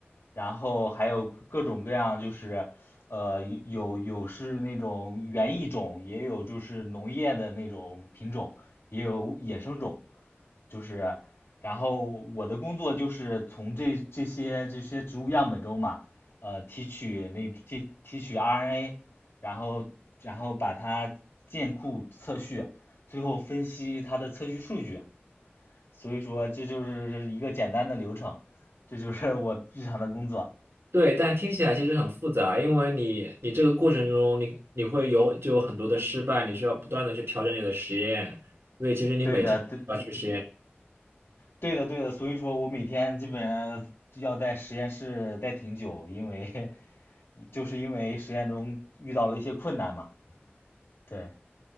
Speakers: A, on the left; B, on the right.
A: 然后还有各各种各样就是呃有有是那种园艺种，也有就是农业的那种品种，也有野生种。就是，然后我的工作就是从这这些这些植物样本中嘛，呃，提取那这提取 RNA，然后然后把它建库测序，最后分析它的测序数据。所以说这就是一个简单的流程，这就是我日常的工作。
B: 对，但听起来其实很复杂，因为你你这个过程中你你会有就有很多的失败，你需要不断的去调整你的实验，所以其实你每天都要去实验。
A: 对的，对，对的，对的。所以说我每天基本上要在实验室待挺久，因为 <laughs> 就是因为实验中遇到了一些困难嘛。对。